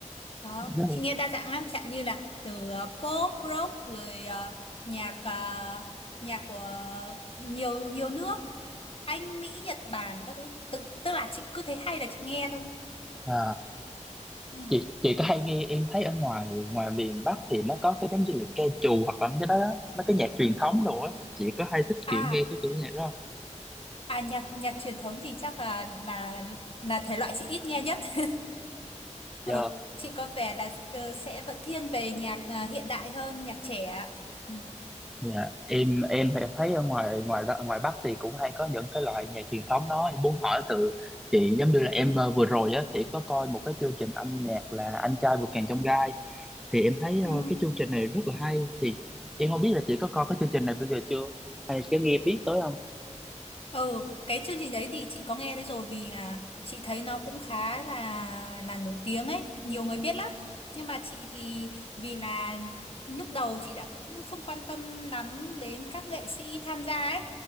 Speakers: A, on the left (about 45°); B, in the centre.
A: Đó,
B: Đó.
A: chị nghe đa dạng lắm, chẳng như là từ ờ, pop, rock rồi ờ, nhạc ờ, nhạc của nhiều nhiều nước, Anh, Mỹ, Nhật Bản các thứ. Tức, tức là chị cứ thấy hay là chị nghe thôi.
B: Ờ,
A: Ừ.
B: chị chị có hay nghe em thấy ở ngoài ngoài miền Bắc thì nó có cái giống như là ca trù hoặc là cái đó đó, mấy cái nhạc truyền thống đồ á. Chị có hay thích
A: À,
B: kiểu nghe cái kiểu nhạc đó không?
A: à nhạc nhạc truyền thống thì chắc là là là thể loại chị ít nghe nhất. <laughs> Ờ,
B: Dạ.
A: chị có vẻ là ờ, sẽ vẫn thiên về nhạc à, hiện đại hơn nhạc trẻ ạ. Ừ.
B: Dạ, Em em thì em thấy ở ngoài ngoài đó- ngoài Bắc thì cũng hay có những cái loại nhạc truyền thống đó em muốn hỏi từ chị giống như là em ờ, vừa rồi á thì em có coi một cái chương trình âm nhạc là Anh trai vượt ngàn chông gai thì em thấy
A: Ừ.
B: ờ, cái chương trình này rất là hay thì em không biết là chị có coi cái chương trình này bây giờ chưa hay có nghe biết tới không?
A: Ừ, cái chương trình đấy thì chị có nghe thấy rồi vì là chị thấy nó cũng khá là là nổi tiếng ấy, nhiều người biết lắm. Nhưng mà chị thì vì là lúc đầu chị đã cũng không quan tâm lắm đến các nghệ sĩ tham gia ấy.